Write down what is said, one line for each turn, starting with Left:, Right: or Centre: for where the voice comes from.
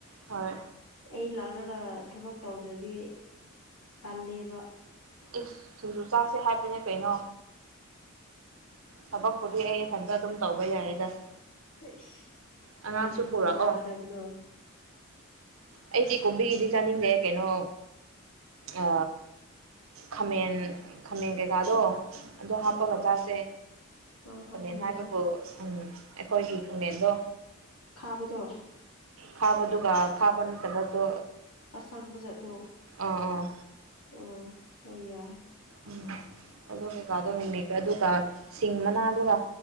Right: ꯍꯣꯏ
Left: ꯑꯩ ꯂꯥꯛꯔꯒ ꯊꯕꯛ ꯇꯧꯗ꯭ꯔꯗꯤ ꯇꯜꯂꯦꯕ
Right: ꯏꯁ ꯁꯤꯡꯖꯨ ꯆꯥꯁꯦ ꯍꯥꯏꯕꯅꯦ ꯀꯩꯅꯣ ꯊꯕꯛꯄꯨꯗꯤ ꯑꯩ ꯏꯊꯟꯇ ꯑꯗꯨꯝ ꯇꯧꯕ ꯌꯥꯏꯌꯦꯗ
Left: ꯏꯁ
Right: ꯑꯉꯥꯡꯁꯨ
Left: ꯀꯩ ꯁꯤꯡꯖꯨ
Right: ꯄꯨꯔꯛꯑꯣ
Left: ꯆꯥꯒꯗꯕꯅꯣ
Right: ꯑꯩꯗꯤ ꯀꯣꯝꯕꯤꯒꯤꯗꯤ ꯆꯥꯅꯤꯡꯗꯦ ꯀꯩꯅꯣ ꯑ ꯈꯥꯃꯦꯟ ꯈꯥꯃꯦꯟ ꯀꯩꯀꯥꯗꯣ ꯑꯗꯣ ꯍꯥꯞꯄꯒ
Left: ꯑꯥ ꯑꯥ
Right: ꯆꯥꯁꯦ
Left: ꯑꯥ ꯍꯣꯏ
Right: ꯈꯃꯦꯟ
Left: ꯍꯣꯏ
Right: ꯍꯥꯏꯕꯕꯨ
Left: ꯌꯥꯏ
Right: ꯎꯝ ꯑꯩꯈꯣꯏꯒꯤ ꯈꯃꯦꯟꯗꯣ
Left: ꯈꯥꯕꯗꯣ
Right: ꯈꯥꯕꯗꯨꯒ ꯈꯥꯕ ꯅꯠꯇꯕꯗꯣ
Left: ꯑꯁꯪꯕꯖꯠꯇꯣ
Right: ꯑꯥ ꯑꯥ
Left: ꯑꯣ ꯍꯣꯏ ꯌꯥꯏ
Right: ꯎꯝ ꯑꯗꯨ ꯀꯩꯀꯥꯗꯣ ꯃꯦꯀ꯭ꯔ ꯗꯨꯒ ꯁꯤꯡ ꯃꯅꯥꯗꯨꯒ